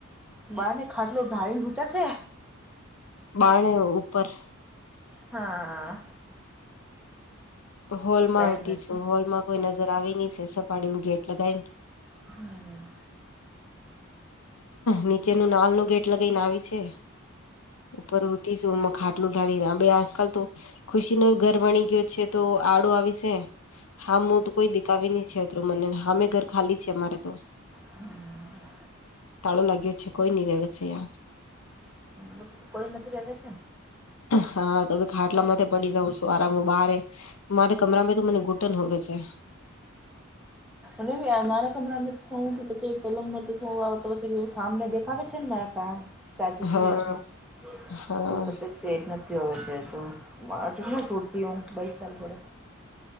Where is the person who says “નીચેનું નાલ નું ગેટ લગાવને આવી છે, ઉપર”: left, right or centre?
Left